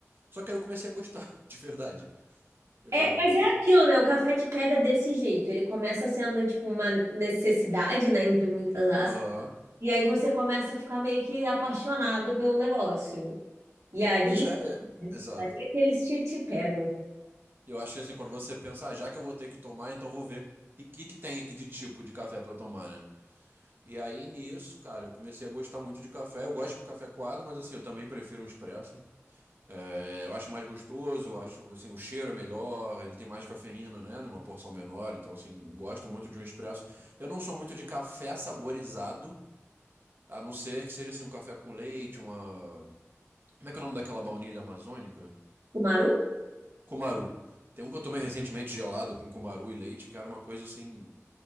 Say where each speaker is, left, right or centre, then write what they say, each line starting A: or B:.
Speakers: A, on the right; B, on the right.
A: Só que aí eu comecei a gostar, <laughs> de verdade. É,
B: É, mas é
A: co-
B: aquilo, né? O café te pega desse jeito. Ele começa sendo, tipo, uma necessidade, né? Entre muitas aspas.
A: Aham.
B: E aí você começa a ficar meio que apaixonado pelo negócio. E aí,
A: Pois é, é, exato.
B: aí é que eles te, te pegam.
A: E Eu acho que assim, quando você pensa, ah, já que eu vou ter que tomar, então eu vou ver o que, que tem aqui de tipo de café pra eu tomar, né? E aí nisso, cara, eu comecei a gostar muito de café. Eu gosto de café coado, mas assim, eu também prefiro um expresso. É, eu acho mais gostoso, eu acho assim, o cheiro é melhor, ele tem mais cafeína, né? Numa porção menor, então assim, gosto muito de um expresso. Eu não sou muito de café saborizado, a não ser que seja assim, um café com leite, uma. Como é que é o nome daquela baunilha amazônica?
B: O Maru?
A: Cumaru. Tem um que eu tomei recentemente gelado com cumaru e leite, que era uma coisa assim